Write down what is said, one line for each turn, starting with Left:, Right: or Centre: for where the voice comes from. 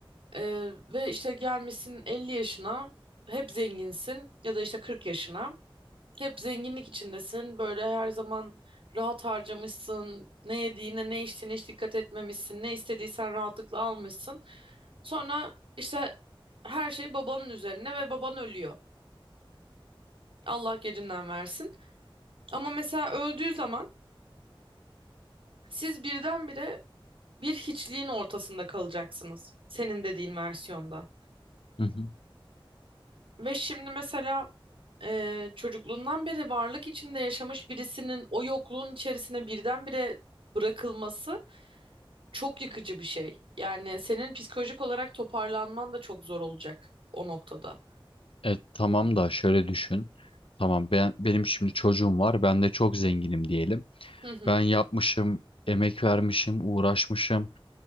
Right: Ee, ve işte gelmişsin 50 yaşına, hep zenginsin ya da işte 40 yaşına. Hep zenginlik içindesin. Böyle her zaman rahat harcamışsın. Ne yediğine, ne içtiğine hiç dikkat etmemişsin. Ne istediysen rahatlıkla almışsın. Sonra işte her şey babanın üzerine ve baban ölüyor. Allah gecinden versin. Ama mesela öldüğü zaman siz birdenbire bir hiçliğin ortasında kalacaksınız. Senin dediğin versiyonda.
Left: hı hı.
Right: Ve şimdi mesela eee, çocukluğundan beri varlık içinde yaşamış birisinin o yokluğun içerisine birdenbire bırakılması çok yıkıcı bir şey. Yani senin psikolojik olarak toparlanman da çok zor olacak o noktada.
Left: E, tamam da şöyle düşün. Tamam ben benim şimdi çocuğum var. Ben de çok zenginim diyelim.
Right: Hı hı.
Left: Ben yapmışım, emek vermişim, uğraşmışım.